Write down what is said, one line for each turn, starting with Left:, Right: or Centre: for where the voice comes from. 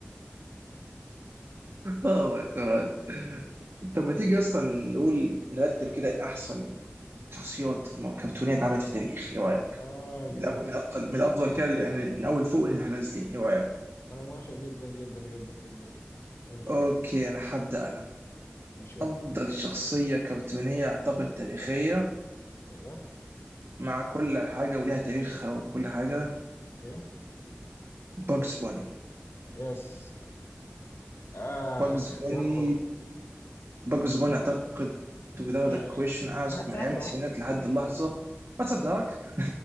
Right: اوه ماي جاد طب ما تيجي اصلا نقول نرتب كده احسن شخصيات كرتونيه اتعملت في التاريخ ايه رايك
Left: اه نايس
Right: من الأول- من الافضل من الافضل كده يعني من اول فوق اللي احنا نازلين ايه رايك
Left: انا موافق جدا جدا جدا جدا جدا يلا
Right: اوكي
Left: بينا
Right: انا هبدأ انا
Left: ماشي ابدأ.
Right: افضل شخصية كرتونية اعتقد تاريخية
Left: ايوه
Right: مع كل حاجة وليها تاريخها وكل حاجة
Left: اوكي
Right: باجز بوني
Left: يس آه
Right: باجز
Left: اختيار
Right: بوني
Left: خرافي
Right: باجز بوني اعتقد without
Left: اي
Right: a question ask
Left: وهتصدق
Right: من ايام التسعينات لحد اللحظة واتس اب داك <laughs>